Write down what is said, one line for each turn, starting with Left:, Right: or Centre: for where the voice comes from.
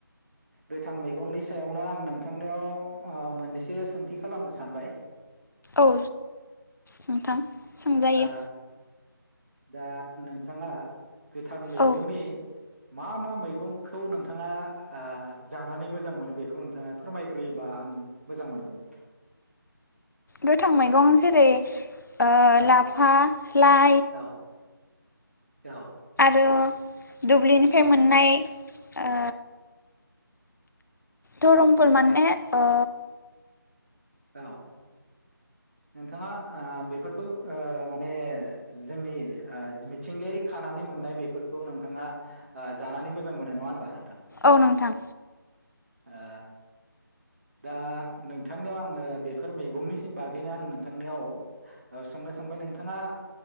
Right: गोथां मैगंनि सायावनो आं नोंथांनियाव मोननैसो सोंथि खालामनो सानबाय।
Left: औ नोंथां। सोंजायो
Right: आ दा नोंथाङा। गोथां मैगंनि।
Left: औ
Right: मा मा मैगंखौ नोंथाङा जानानै मोजां मोनो बेखौ नोंथाङा फोरमायग्रोयोबा आं मोजां मोनगौमोन।
Left: गोथां मैगं जेरै ओ
Right: औ
Left: लाफा, लाय,
Right: औ औ
Left: आरो दुब्लिनिफ्राय मोननाय ओ तरुन फुल माने ओ
Right: औ नोंथाङा आ बेफोरखौ ओ माने जोंनि ओ मिथिंगायारि खानानै मोननाय बेफोरखौ नोंथाङा। जानानै मोजां मोनो नङा होनबा नोंथां।
Left: औ नोंथां
Right: ओ दा नोंथांनियाव आं आङो बेफोर मैगंनि बागैनो आं नोंथांनियाव सोंनो सोंबाय नोंथाङा।